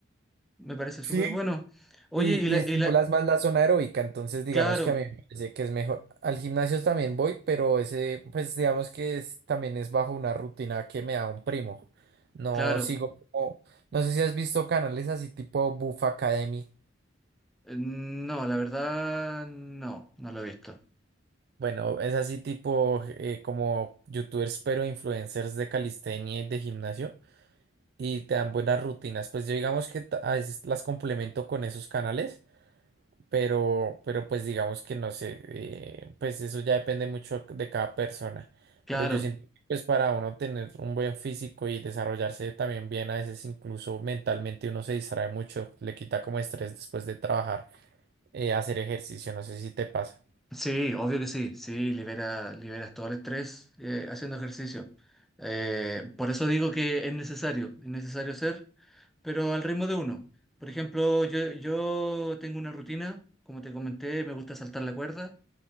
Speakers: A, in the centre; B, on the right.
A: Me parece
B: Sí.
A: súper bueno. Oye,
B: Y,
A: y la,
B: y estimulas
A: y la...
B: más la zona aeróbica, entonces digamos
A: Claro,
B: que a mí me parece que es mejor. Al gimnasio también voy, pero ese, pues digamos que es- también es bajo una rutina que me da un primo. No
A: claro.
B: sigo como, no sé si has visto canales así tipo Buff Academy.
A: Eh, No, la verdad, no, no lo he visto.
B: Bueno, es así tipo eh, como youtubers, pero influencers de calistenia y de gimnasio. y te dan buenas rutinas. Pues yo digamos que ta- a veces las complemento con esos canales, pero, pero pues digamos que no sé, eh, pues eso ya depende mucho de cada persona.
A: Claro.
B: Pero yo siento que pues para uno tener un buen físico y desarrollarse también bien, a veces incluso mentalmente uno se distrae mucho, le quita como estrés después de trabajar, eh, hacer ejercicio, no sé si te pasa.
A: Sí, obvio que sí, sí, libera, liberas todo el estrés eh, haciendo ejercicio. Eh, por eso digo que es necesario, es necesario hacer, pero al ritmo de uno. Por ejemplo, yo, yo tengo una rutina, como te comenté, me gusta saltar la cuerda.